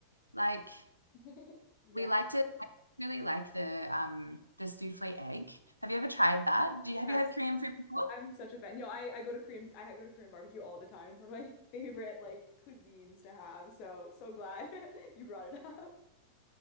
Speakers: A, on the right; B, on the left.
A: like
B: <laughs> Yeah.
A: we like to I really like the um the souffle egg. Have you ever tried that? Do you have
B: Yes.
A: you had Korean food before?
B: I'm such a fan. You know, I, I go to Korean I go to Korean barbecue all the time. It's one of my favorite like cuisines to have. So so glad <laughs> you brought it up.